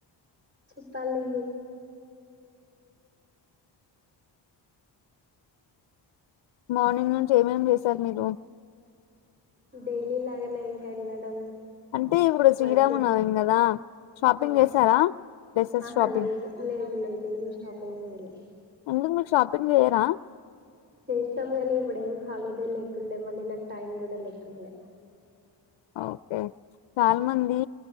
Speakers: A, on the right; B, on the left.
A: చెప్పాలి
B: మార్నింగ్ నుంచి ఏమేమి చేశారు మీరు
A: డైలీ లాగానే ఇంకా వెళ్ళడం
B: అంటే ఇప్పుడు శ్రీరామ్న్నం
A: వర్క్ చేసుకు
B: కదా షాపింగ్
A: ఆ
B: చేసారా డ్రెస్సెస్
A: ఆహా
B: షాపింగ్
A: లేదు లేదు లేదు ఏం షాపింగ్ చేయలే
B: ఎందుకు మీకు షాపింగ్ చేయరా
A: చేస్తాం గానీ ఇప్పుడెం హాలిడే లేకుండే మళ్ళీ నాకు టైం కూడా లేకుండే
B: ఓకే చాలా మంది